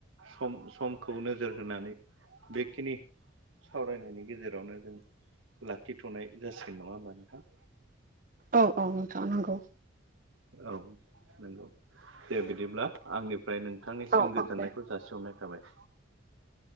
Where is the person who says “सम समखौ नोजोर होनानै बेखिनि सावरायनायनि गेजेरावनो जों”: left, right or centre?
Right